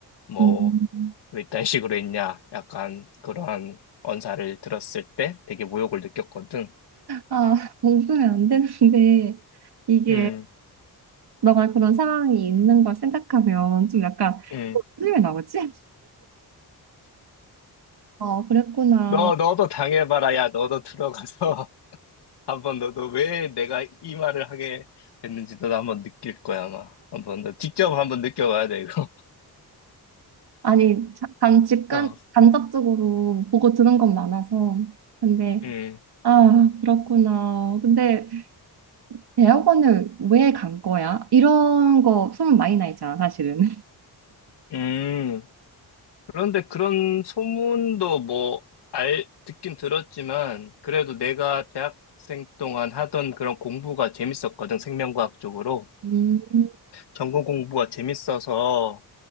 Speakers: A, on the left; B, on the right.
A: 뭐,
B: 음.
A: 왜 이딴 식으로 했냐, 약간 그러한 언사를 들었을 때 되게 모욕을 느꼈거든.
B: 아, 웃으면 안 되는데 이게
A: 음,
B: 너가 그런 상황이 있는 걸 생각하면 좀 약간
A: 음.
B: 웃음이 왜 나오지? 아, 그랬구나.
A: 너, 너도 당해봐라. 야, 너도 들어가서 <laughs> 한번 너도 왜 내가 이 말을 하게 됐는지 너도 한번 느낄 거야, 아마. 한번 너 직접 한번 느껴봐야 돼, 이거.
B: 아니, 자- 간, 직간,
A: <laughs> 어.
B: 간접적으로 보고 들은 건 많아서. 근데,
A: 음,
B: 아, 그렇구나. 근데 대학원을 왜 간 거야? 이런 거 소문 많이 나 있잖아, 사실은. <laughs>
A: 음. 그런데 그런 소문도 뭐, 알, 듣긴 들었지만, 그래도 내가 대학생 동안 하던 그런 공부가 재밌었거든, 생명과학 쪽으로.
B: 음, 음,
A: 전공 공부가 재밌어서,